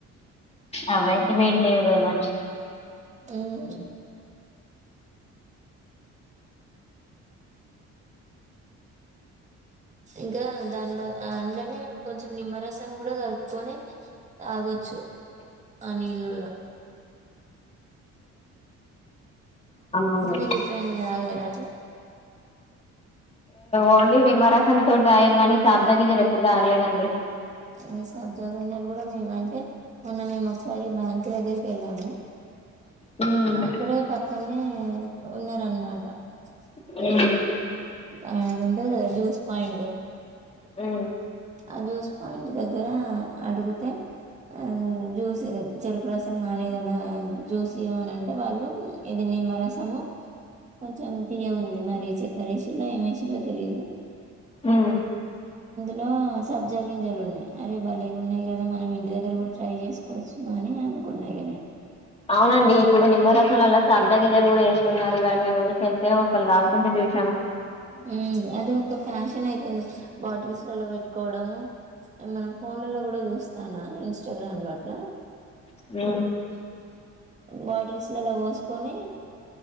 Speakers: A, on the left; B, on the right.
A: అవే వేడి జేయవు కదా మనిషి
B: ఉమ్, ఇ ద్దాం దాని బదు ఆ అన్న నే కొంచెం నిమ్మరసం కూడా కలుపుకొని తాగుచ్చు అనిల్లా
A: అవును
B: మీరు ఎప్పుడైనా తాగారా
A: ఓన్లీ నిమ్మరసం తో తాగినం గానీ సబ్జా గింజలు ఎప్పుడు తాగలేదండి
B: ఈ సబ్జా గింజలు కూడా మేము అంటే మొన్న మేము ఒకసారి బ్యాంక్ దగ్గరికి వెళ్ళాము
A: హ్మ్
B: అక్కడే పక్కనే ఉన్నారనమాట
A: హ్మ్
B: ఆ ఆ ఆ జ్యూస్ పాయింట్
A: హ్మ్
B: ఆ జ్యూస్ పాయింట్ దగ్గర అడుగుతే ఆ జ్యూస్ చెరుకు రసం కానీ ఏదైనా జ్యూస్ ఇయమనింటే వాళ్ళు ఇది నిమ్మరసము కొంచెం తీయగా ఉంది మరి చెక్కరేసిండా ఏమేసిండో తెలిదు
A: ఉమ్
B: లో సబ్జాగింజాలు ఉన్నాయి అరే బలేగా ఉన్నాయి కదా మనం ఇంటి దగ్గర కూడా ట్రై చేసుకోవచ్చు అని అనుకున్నా ఇగా నేను
A: అవునండి ఇప్పుడు నిమ్మరసం లల్లా సబ్జా గింజలు కూడా వేస్తున్నారు ఇవాళ మేము ఊరికెళ్తే ఒకళ్ళు తాగుకుంటే చూస్త
B: ఊమ్ అదే ఒక ఫ్యాషన్ అయిపోయింది. బాటిల్స్ లలో పెట్టుకోవడము. మనం ఫోన్లలో కూడా చూస్తానా ఇన్స్టాగ్రామ్ లో అట్ల.
A: ఉ
B: బాటిల్స్ లలో పోసుకొని